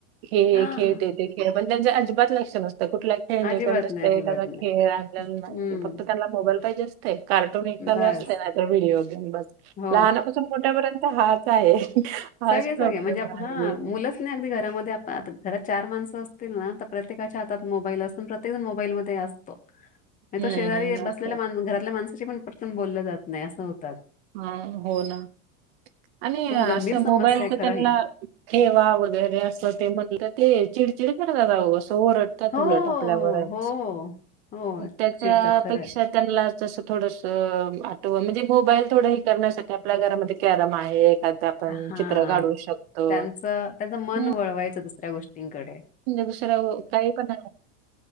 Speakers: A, on the right (about 45°); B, on the left (about 20°).
A: हे
B: हां,
A: खेळते ते खेळ पण त्यांच अजिबात लक्ष नसतं कुठला खेळणेण
B: अजिबात नाही, अजिबात
A: एखादा
B: नाही.
A: खेळ आणला नाहीे
B: हं.
A: फक्त त्यांना मोबाईल पाहिजे असत कार्टून एक
B: बस.
A: चालू असते नाही तर व्हिडिओ गेम बस
B: हो.
A: लहानापासून मोठ्यापर्यंत हाच आहे हाच
B: सगळे
A: प्रॉब्लेम
B: सगळे म्हणजे
A: आहे
B: हा मुलंच नाही अगदी घरामध्ये आता घरात चार माणसं असतील ना तर प्रत्येकाच्या हातात मोबाईल असून प्रत्येक जण मोबाईलमध्ये असतो मी
A: हम्म
B: तो शेजारी
A: हम्म
B: बसलेला
A: असतात
B: मा घरातल्या माणस पटकन बोललं जात नाहीत
A: हा हो ना आणि
B: खूप
A: असं
B: गंभीर समस्या
A: मोबाईलच
B: आहे खरं
A: त्यांना
B: ही.
A: हेवा वगैरे अस ते म्हणले ते. <unintelligible> ओरडतात
B: हो,
A: उलट आपल्यावरच,
B: हो, हो, हो, हो.
A: त्याच्यापेक्षा
B: चिडतात खरं आहे.
A: त्यांना. तसं थोडस आठ म्हणजे मोबाईल. थोडंही करण्यासाठी आपल्या घरामध्ये कॅरम आहे. एखादा आपण
B: हा
A: चित्र काढू शकतो
B: त्यांचं त्यांचं मन
A: हम्म,
B: वळवायचं दुसऱ्या गोष्टींनकडे.
A: म्हणजे दुसऱ काही पण